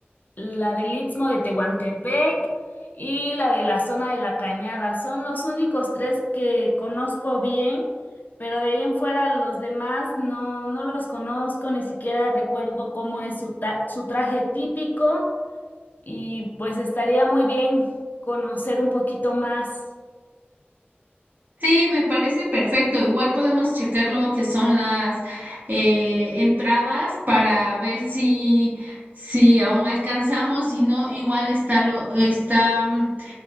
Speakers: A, on the left; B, on the right.
A: la del Istmo de Tehuantepec y la de la zona de la Cañada. Son los únicos tres que conozco bien, pero de ahí en fuera los demás no, no los conozco, ni siquiera recuerdo cómo es su, ta- su traje típico y pues estaría muy bien conocer un poquito más.
B: Sí, me parece perfecto. Igual podemos checar lo que son las eh, entradas para ver si, si aún alcanzamos, si no, igual está lo, está mm,